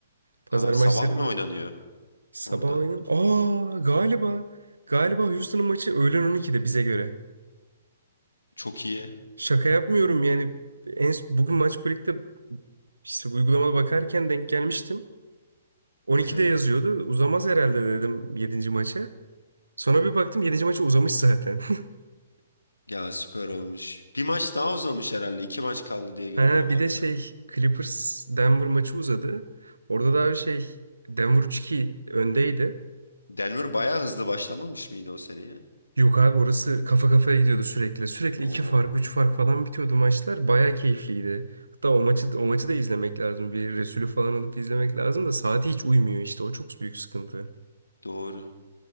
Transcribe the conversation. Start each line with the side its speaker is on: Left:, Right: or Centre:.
Right: Pazar
Left: Aa,
Right: maçlarını
Left: sabah mı oynanıyor
Right: sabah
Left: orada?
Right: oynayalım. Aa galiba galiba Houston'ın maçı öğlen 12'de bize göre.
Left: Çok iyi.
Right: Şaka yapmıyorum yani en bugün maç kulüpte işte uygulamada bakarken denk gelmiştim. 12'de
Left: Hı hı.
Right: yazıyordu. Uzamaz herhalde dedim yedinci maça. Sonra bir baktım yedinci maça uzamış zaten. <laughs>
Left: Ya süper olmuş. Bir maç daha uzamış herhalde. İki maç kaldı diye gördüm
Right: Ha,
Left: haberde.
Right: bir de şey Clippers Denver maçı uzadı. Orada da abi şey Denver 3-2 öndeydi.
Left: Denver bayağı hızlı başlamamış mıydı o seriye?
Right: Yok abi orası kafa kafaya gidiyordu sürekli. Sürekli
Left: Oo,
Right: iki fark, üç fark falan bitiyordu maçlar. Bayağı keyifliydi. Hatta o maçı o maçı da izlemek lazım. Bir Resulü falan alıp izlemek lazım da saati hiç uymuyor işte. O çok büyük sıkıntı.
Left: doğru.